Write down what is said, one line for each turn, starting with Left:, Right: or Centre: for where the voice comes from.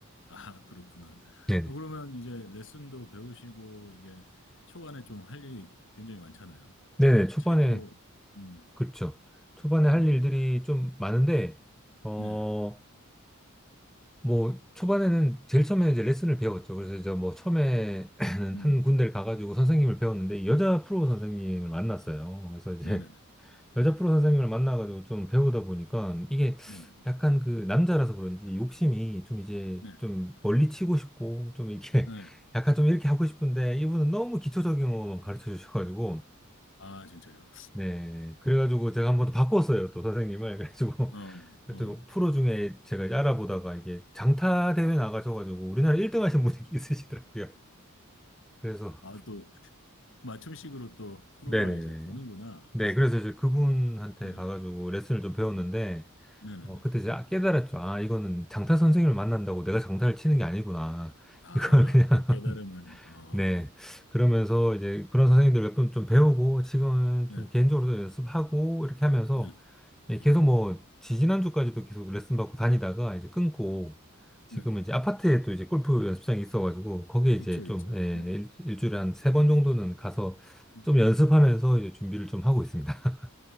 Left: 아, 그렇구나.
Centre: <laughs> 네네.
Left: 아, 그러면 이제 레슨도 배우시고, 이게 초반에 좀 할 일이 굉장히 많잖아요.
Centre: 네네, 초반에,
Left: 체조, 음,
Centre: 그렇죠. 초반에 할
Left: 음,
Centre: 일들이 좀 많은데, 어,
Left: 네,
Centre: 뭐, 초반에는 제일 처음에 이제 레슨을 배웠죠. 그래서 이제 뭐, 처음에는 <clears throat>
Left: 음,
Centre: 한 군데를 가가지고 선생님을 배웠는데, 여자 프로 선생님을 만났어요. 그래서 이제
Left: 네네네,
Centre: 여자
Left: 네,
Centre: 프로 선생님을 만나가지고 좀 배우다 보니까 이게
Left: 네네, 네,
Centre: 약간 그 남자라서 그런지 욕심이 좀 이제
Left: 네.
Centre: 좀 멀리 치고 싶고 좀 이렇게
Left: 네, 네, 네.
Centre: <laughs> 약간 좀 이렇게 하고 싶은데 이분은 너무 기초적인 것만 가르쳐 주셔가지고
Left: 아, 진짜요.
Centre: 네 그래가지고 제가 한번 더 바꿨어요 또 선생님을 <laughs> 그래가지고
Left: 어, 어.
Centre: 또 프로 중에 제가 이제 알아보다가 이게 장타 대회 나가셔가지고 우리나라 1등 하신 분이 <laughs> 있으시더라고요 그래서
Left: 아, 또, 맞춤식으로 또 프로가
Centre: 네네네
Left: 이제 되는구나.
Centre: 네
Left: 아,
Centre: 그래서 이제 그분한테
Left: <laughs> 네,
Centre: 가가지고 레슨을 좀 배웠는데
Left: 음, 네네네.
Centre: 어, 그때 제 깨달았죠. 아, 이거는 장타 선생님을 만난다고 내가 장타를 치는 게 아니구나.
Left: 아,
Centre: 이걸 그냥,
Left: 또 깨달음을,
Centre: <laughs>
Left: 어,
Centre: 네. 그러면서 이제 그런 선생님들 몇 분 좀 배우고, 지금은
Left: 네,
Centre: 좀 개인적으로도 연습하고, 이렇게 하면서,
Left: 네,
Centre: 예,
Left: 네,
Centre: 계속 뭐, 지지난주까지도 계속 레슨 받고 다니다가 이제 끊고, 지금은
Left: 네.
Centre: 이제 아파트에 또 이제 골프 연습장이 있어가지고, 거기에 이제
Left: 있죠,
Centre: 좀,
Left: 있죠.
Centre: 예,
Left: 네,
Centre: 일,
Left: 네.
Centre: 일주일에 한 세 번 정도는 가서
Left: 음.
Centre: 좀 연습하면서 이제 준비를 좀 하고 있습니다. <laughs>